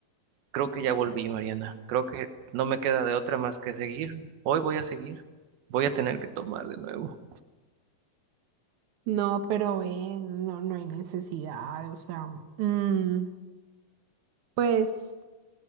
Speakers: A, on the right; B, on the right.
A: creo que ya volví, Mariana. Creo que no me queda de otra más que seguir. Hoy voy a seguir, voy a tener que tomar de nuevo.
B: No, pero eh, no, no hay necesidad, o sea, mm, pues